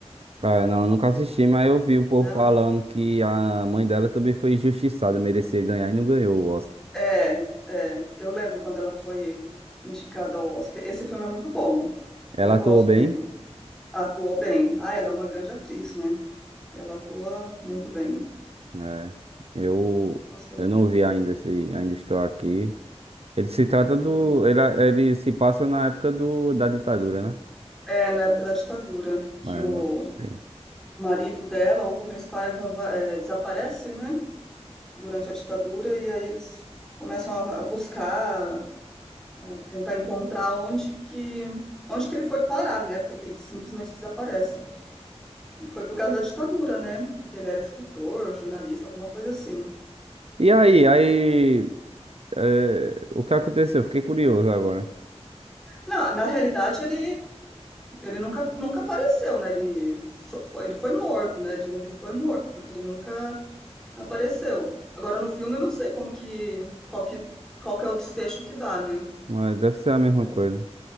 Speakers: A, on the right (about 60°); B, in the centre.
A: Ah, não, eu nunca assisti, mas eu vi o povo
B: Não,
A: falando que a mãe dela também foi injustiçada, merecia ganhar e não ganhou o Oscar.
B: é, é. Eu lembro quando ela foi indicada ao Oscar. Esse filme é muito bom. Eu
A: Ela
B: gosto
A: atuou bem.
B: dele. Atuou bem. Ah, ela é uma grande atriz, né? Ela atua muito bem.
A: É. Eu,
B: Gostei.
A: eu não vi ainda se ainda estou aqui. Ele se trata do.
B: Uhum.
A: Ele, ele se passa na época do, da ditadura, né?
B: É na época da ditadura que
A: Mas
B: o
A: não assisti.
B: marido dela, o Rubens Paiva, va- é, desaparece, né? Durante a ditadura e aí eles começam a a buscar a tentar encontrar onde que onde que ele foi parar, né? Porque ele simplesmente desaparece. Ele foi por causa da ditadura, né? Porque ele era escritor, jornalista, alguma coisa assim.
A: E aí, aí. é, o que aconteceu? Fiquei curioso agora.
B: Na, na realidade, ele, ele nunca, nunca apareceu, né? Ele, só foi, ele foi morto, né? Dizem que ele foi morto, porque ele nunca apareceu. Agora, no filme, eu não sei como que, qual que, qual que é o desfecho que dá, né?
A: É, deve ser a mesma
B: Mas,
A: coisa.